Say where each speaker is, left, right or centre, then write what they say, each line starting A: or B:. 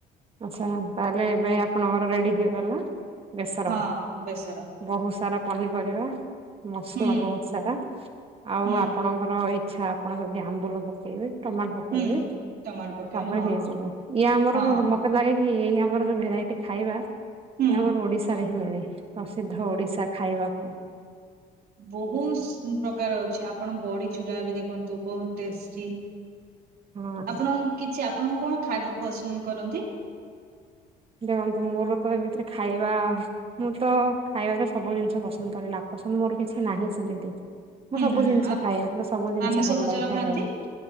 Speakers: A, on the right; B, on the right.
A: ଆଚ୍ଛା ତାହେଲେ ଏବେ ଆପଣଙ୍କର ରେଡି ହେଇଗଲା ବେସର।
B: ହଁ ବେସର
A: ବୋହୁ ସାରା ପନିପରିବା ମସଲା
B: ହୁଁ
A: ବୋହୁତ ସାରା ଆଉ
B: ହୁଁ
A: ଆପଣଙ୍କର ଇଚ୍ଛା ଆପଣ ଯଦି ଆମ୍ବୁଲ ପକେଇବେ। ଟମାଟ ପକେଇବେ
B: ହୁଁ ଟମାଟୋ ପକେଇ
A: ତାପରେ
B: ହଁ
A: ହେଇଯିବ ଇଏ ଆମର
B: ହଁ
A: <unintelligible> ମ ତେ ଲାଗେ କି ଏଇ ଆମର ଯୋଉ ଭେରାଇଟି ଖାଇବା ଇଏ
B: ହୁଁ
A: ଆମର ଓଡିଶାରେ ହିଁ ମିଳେ। ପ୍ରସିଦ୍ଧ ଓଡିଶା ଖାଇବା ପାଇଁ
B: ବୋହୁସ୍ ଉଁ ପ୍ରକାର ଅଛି ଆପଣ ବଡି ଚୁରା ଏବ ଦେଖନ୍ତୁ ବୋହୁତ ଟେଷ୍ଟି।
A: ହଁ
B: ଆପଣଙ୍କୁ କିଛି ଆପଣଙ୍କୁ କଁ ଖାଇବା ପସନ୍ଦ କରନ୍ତି?
A: ଦେଖନ୍ତୁ ମୋର ତ ଏମିତିରେ ଖାଇବା ମୁଁ ତ ଖାଇବାରେ ସବୁ ଜିନିଷ ପସନ୍ଦ କରେ ନାପସନ୍ଦ ମୋର କିଛି ନାହିଁ ସେମିତି। ମୁଁ
B: ହୁଁ
A: ସବୁ
B: ହୁଁ
A: ଜିନିଷ
B: ଆଉ
A: ଖାଏ ମୁଁ ସବୁ ଜିନିଷ
B: ଆମିଷ
A: ଭଲ
B: ଭୋଜନ
A: ଲାଗେ ଖାଇବାକୁ।
B: ଖାଆନ୍ତି